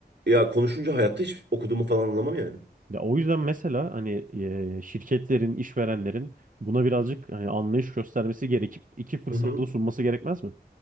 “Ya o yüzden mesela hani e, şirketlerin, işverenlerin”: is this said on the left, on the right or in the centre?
Right